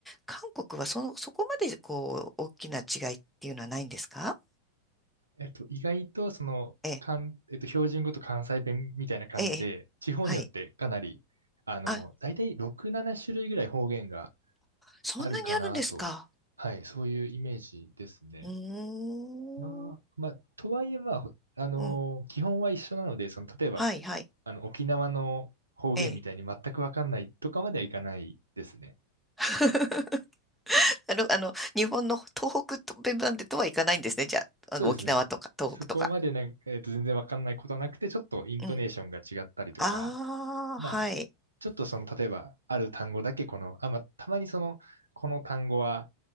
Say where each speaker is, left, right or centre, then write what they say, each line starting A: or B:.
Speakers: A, in the centre; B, on the right.
A: 韓国はその、そこまでこう、大きな違いっていうのはないんですか
B: えっと、意外とその、
A: ええ、
B: かんえっと、標準語と関西弁みたいな感じで、
A: ええ、
B: 地方によってかなり、
A: はい。
B: あの、
A: あ、
B: 大体6、7種類ぐらい方言が
A: そんなにあるんですか
B: あるかなと、はい、そういうイメージですね。
A: うーん。
B: まあ、まあ、とはいえ、まあ、ほあの、
A: うん。
B: 基本は一緒なので、その、例えば、
A: はい、はい。
B: あの、沖縄の方言みたいに全くわかんないとかまではいかないですね。
A: ええ。<laughs> <laughs> あの、あの、日本の東北とベムなんでとはいかないんですね。じゃあ、
B: そうですね。
A: あの、沖縄とか東北とか。
B: そこまでなんか、えっと、全然わかんないことはなくて、ちょっとイントネーションが違ったりとか、
A: うん。ああ、
B: まあ、
A: はい。
B: ちょっとその、例えば、ある単語だけこの、あ、まあ、たまにその、この単語は、